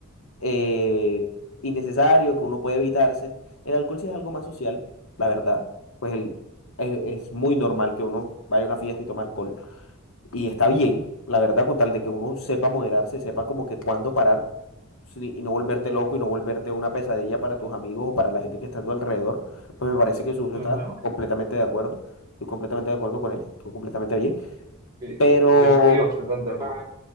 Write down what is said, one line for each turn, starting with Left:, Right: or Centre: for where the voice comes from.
Left: eh, innecesario, que uno puede evitarse. El alcohol sí es algo más social, la verdad. Pues el- es es muy normal que uno vaya a una fiesta y tome alcohol. Y está bien, la verdad, con tal de que uno sepa moderarse, sepa como que cuándo parar sin- y no volverte loco y no volverte una pesadilla para tus amigos o para la gente que está a tu alrededor, pues me parece que su uso
Right: Ujú.
Left: está completamente de acuerdo. Estoy completamente de acuerdo con él, estoy completamente bien.
Right: Sí,
Left: Pero,
Right: yo estoy absolutamente de acuerdo.